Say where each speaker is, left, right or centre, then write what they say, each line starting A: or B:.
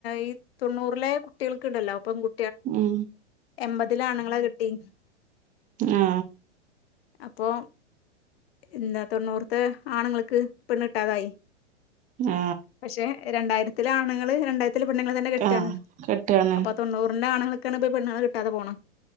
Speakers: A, on the left; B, on the right.
A: ഈ തൊണ്ണൂറിലെ കുട്ടികൾക്ക് ഉണ്ടല്ലോ പെങ്കു
B: ഉം
A: എമ്പതിലെയാണുങ്ങളെ കിട്ടി.
B: ആ
A: അപ്പൊ എന്താ തൊണ്ണൂറത്തെ ആണുങ്ങൾക്ക് പെണ്ണു കിട്ടാതായി.
B: ആ
A: പക്ഷെ രണ്ടായിരത്തിലെ ആണുങ്ങള് രണ്ടായിരത്തിലെ പെണ്ണങ്ങളെ തന്നെ കെട്ടുകാണ്
B: ആഹ് കെട്ടാണ്
A: അപ്പൊ തൊണ്ണൂറിന്റാണുങ്ങൾ ക്കാണിപ്പോ ഈ പെണ്ണുങ്ങളെ കിട്ടാതെ പോണ